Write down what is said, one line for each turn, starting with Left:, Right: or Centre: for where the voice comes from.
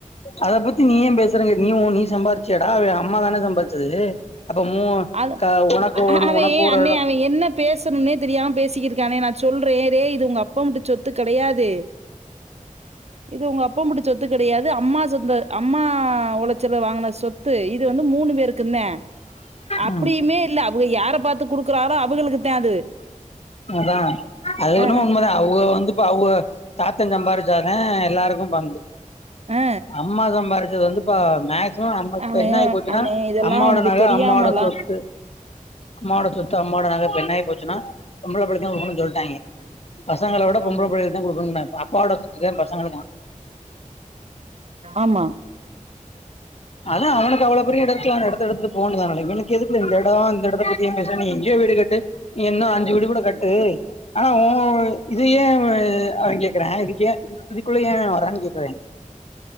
Left: அத பத்தி நீ ஏ பேசுற நீ ஒ நீ சம்பாறிச் டா அவ அம்மா தானே சம்பாரிச்சது அப்ப மூ
Right: அத
Left: க உனக்கு ஒரு
Right: அவே
Left: உனக்கு ஒரு
Right: அண்ணே
Left: எடோ
Right: அவ என்ன பேசணும்னே தெரியாம பேசிக்கிட்ருக்கானே நா சொல்றேன் ரே இது உங்க அப்பம்ட்டு சொத்து கெடையாது இது உங்க அப்ப முடு சொத்து கிடையாது அம்மா சொந்த அம்மா உழைச்சுல வாங்கின சொத் த்து இது வந்து மூணு பேருக்குந்தா அப்படியுமே
Left: ம்
Right: இல்ல அவுக யார பாத்து குடுக் ராரோ அவுகளுக்குத்தா அது
Left: அதா அது ஒன்னு
Right: அ,
Left: உண்மைத அவுக வந்து இப்ப அவுக தாத்தன் சம்பாரிச்சாதா எல்லாருக்கு பங்கு
Right: அ
Left: அம்மா சம்பாரி இது வந்து இப்ப மேக் <unintelligible> நம்ம இப்ப
Right: அவன்
Left: என்ன ஆகி போச்சுன்னா
Right: அண்ணே இதெல்லாம்
Left: அம்மா
Right: அவனுக்கு
Left: ஓட நகை
Right: தெரியாமலாம்
Left: அம்மாட சொத்து அம்மா ஓட சொத்து அம்மா ஓட நக இப்ப என்னாகிப்போச்சுனா சம்பள பணத்த <unintelligible> சொல்டாய்ங்க பசங்கள விட பொம்பள
Right: ஆமா.
Left: புள்ளகளுக்கு தா குடுக்கணும்ன அப்பவோட அதா <unintelligible> <unintelligible>
Right: ஆமா.
Left: அதா அவனுக் அத்தா அவ்ளோ பெரிய எட இருக்கில்ல அந்த எடத்த எடுத்துட்டு போ வேனியதால இவனுக்கு எதுக்குல இந்த எடோ இந்த எடத்தப் பத்தி ஏம் பேசற நீ எங்கயோ வீடு கட்டு நீ என்ன அந் ஞ்சு வீடு கூட கட்டு ஆனா ஓ இது ஏ அவ அவ கேக்குறன் இதுக்கே இதுக்குள்ள ஏ அவ வரனு கேக்குறே